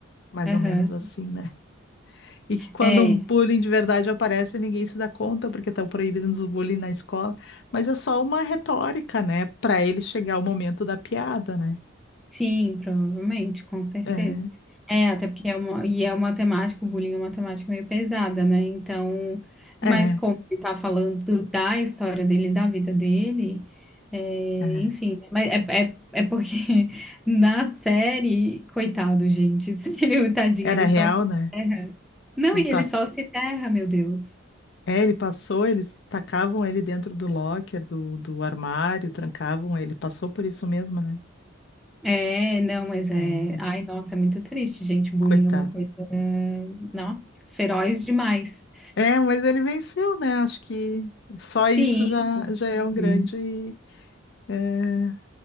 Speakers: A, on the left; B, in the centre.
A: Mais
B: Uhum,
A: ou menos
B: aham.
A: assim, né? E que quando
B: É.
A: um bullying
B: É.
A: de verdade aparece, ninguém se dá conta, porque estão proibindo o bullying na escola. Mas é só uma retórica, né? Para ele chegar ao momento da piada, né?
B: Sim, provavelmente, com certeza.
A: É,
B: É, até porque é uma, e é uma temática, o bullying é uma temática meio pesada, né? Então, mas
A: é,
B: como ele tá falando da história dele, da vida dele, é,
A: é.
B: enfim, né? mas é, é, é porque <laughs> na série, coitado, gente, <laughs> ele, tadinho,
A: Era
B: ele
A: real,
B: só se
A: né?
B: ferra. Não,
A: Ele
B: e
A: passou.
B: ele só se ferra, meu Deus.
A: É, ele passou, eles tacavam ele dentro do locker, do, do armário, trancavam ele. Passou por isso mesmo, né?
B: É, não, mas é.
A: É,
B: Ai, nossa, é muito triste, gente. Bullying
A: coitado.
B: é uma coisa, nossa, feroz demais.
A: É, mas ele venceu, né? Acho que só
B: Sim.
A: isso já, já é um grande.
B: Uhum.
A: é.